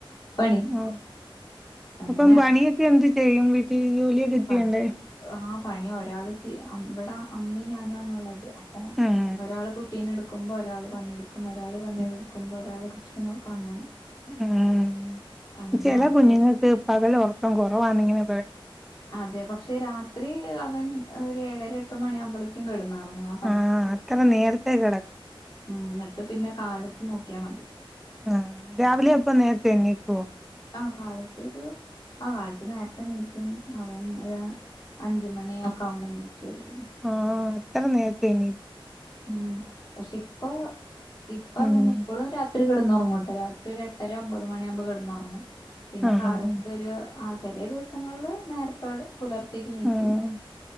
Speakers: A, on the left (about 45°); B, in the centre.
A: എണീക്കും
B: ഓ
A: അങ്ങനെ
B: അപ്പം പണിയൊക്കെ എന്ത് ചെയ്യും വീട്ടിൽ ജോലിയൊക്കെ ചെയ്യണ്ടേ
A: പണി ആ പണി ഒരാൾ ഇവിടെ അമ്മയും ഞാനും ആണ് ള്ളത് അപ്പൊ
B: ഉം
A: ഒരാൾ കു ട്ടിനെടുക്കുമ്പോ ഒരാള് പണിയെടുക്കും ഒരാള് പണിയെടുക്കുമ്പോ ഒരാള് കുട്ടിനെ നെ നോക്കും അങ്ങനെ
B: ഉം.
A: അങ്ങനെ
B: ചെല
A: ആകും
B: കുഞ്ഞുങ്ങൾക്ക് പകൽ ഉറക്കം കൊറവാണിങ്ങനെ പറ
A: അതെ പക്ഷെ രാത്രി അവൻ ഒരു ഏഴര എട്ട് മണി ആവുമ്പള് ക്കും കെടന്നൊറങ്ങും <unintelligible>
B: ആഹ് അത്ര നേരത്തെ കെടക്
A: ഉം. ഇന്നട്ട് പിന്നെ കാലത്ത് നോക്ക്യാ മതി.
B: ആഹ്. രാവിലെ അപ്പ നേര്ത്തെ എണീക്കോ.
A: ആ കാലത്തൊരു, ആ കാലത്ത് നേരത്തെ നീക്കും. അവൻ ഒ -- അഞ്ച് മണിയൊക്കെ ആവുമ്പോ എണീറ്റ് വെരും.
B: ആഹ്, അത്ര നേര്ത്തെ എണീ
A: ഉം. പക്ഷെ ഇപ്പൊ ഇപ്പൊ
B: ഉം
A: അവനി ഇപ്പഴും രാത്രി കെടന്നൊറങ്ങുട്ടൊ. രാത്രി ഒരു എട്ടര ഒമ്പത് മണിയാകുമ്പോ കെട്ന്ന് ഒറങ്ങും. പിന്നെ
B: ആഹ്
A: കാലത്ത്
B: ആഹ് ആഹ്
A: ഒരു ആചെലേ ദിവസങ്ങളില് ആ നേരത് ടെ പുലർച്ചെക്ക് നീക്കും.
B: ഉം